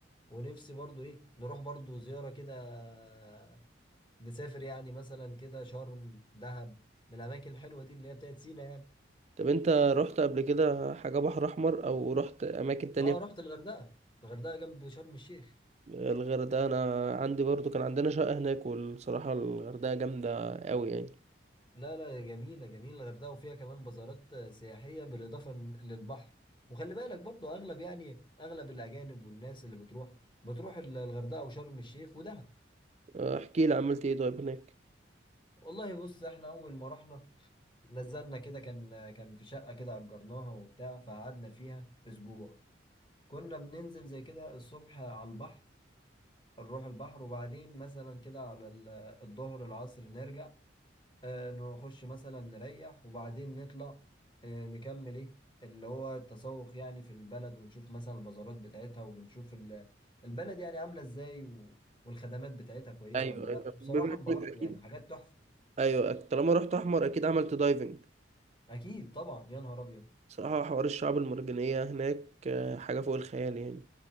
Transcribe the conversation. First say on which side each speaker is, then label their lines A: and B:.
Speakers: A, on the left; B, on the right.
A: ونفسي برضو ايه نروح برضو زيارة كده آه، نسافر يعني مثلا كده شرم دهب من الاماكن الحلوة دي اللي هي بتاعت سينا يعني
B: طب أنت رحت قبل كده حاجة بحر أحمر أو رحت أماكن تانية
A: اه رحت الغردقه الغردقه جنب شرم الشيخ
B: الغردقة أنا عندي برضو كان عندنا شقة هناك والصراحة الغردقة جامدة أوي يعني
A: لا لا جميله جميله الغردقه وفيها كمان بازارات آه، سياحيه بالاضافه إن- للبحر وخلي بالك برضو اغلب يعني اغلب الاجانب والناس اللي بتروح بتروح ال- الغردقه وشرم الشيخ ودهب
B: آه، احكي لي عملت إيه طيب هناك
A: والله بص احنا اول ما رحنا نزلنا كده كان آه، كان في شقه كده اجرناها وبتاع فقعدنا فيها اسبوع كنا بننزل زي كده الصبح على البحر نروح البحر وبعدين مثلا كده على ال- الظهر العصر نرجع آه، نخش مثلا نريح وبعدين نطلع آه، نكمل ايه اللي هو التسوق يعني في البلد ونشوف مثلا البازارات بتاعتها وبنشوف ال- البلد يعني عاملة ازاي و- والخدمات بتاعتها كويسة
B: أيوة
A: ولا لا
B: أيوة.
A: بصراحة
B: بما
A: انبهرت
B: إنك <laughs> أكيد
A: يعني حاجات تحفة
B: أيوة طالما رحت أحمر أكيد عملت دايفنج
A: اكيد طبعا يا نهار ابيض
B: صراحة حوار الشعاب المرجانية هناك آه، حاجة فوق الخيال يعني